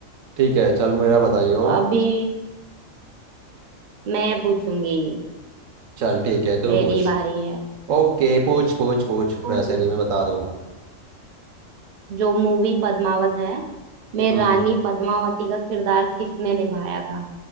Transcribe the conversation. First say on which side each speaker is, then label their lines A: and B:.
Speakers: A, on the right (about 85°); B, on the right (about 70°).
A: ठीक है चल मेरा बताइयो
B: तो अभी मैं पूछूंगी
A: चल ठीक है तू
B: मेरी
A: पूछ
B: बारी है
A: ओके पूछ पूछ पूछ
B: तो
A: वैसे भी मैं बता दूंगा
B: जो मूवी पद्मावत है में
A: हम्म
B: रानी पद्मावती का किरदार किसने निभाया था